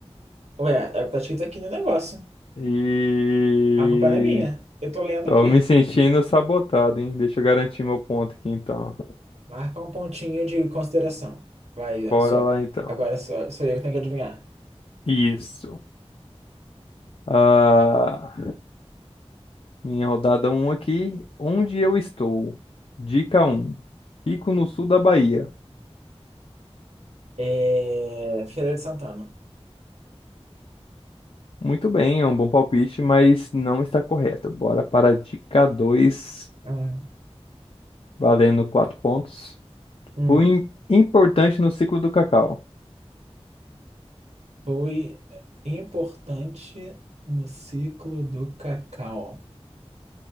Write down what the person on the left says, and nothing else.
E.
Tô
me sentindo sabotado, hein? Deixa eu garantir meu ponto aqui então.
Bora
lá então.
Isso. Ah, minha rodada um aqui. Onde eu estou? Dica um. Fico no sul da Bahia.
Muito bem, é um bom palpite, mas não está correto. Bora para a dica 2.
valendo 4 pontos.
Fui im- importante no ciclo do cacau.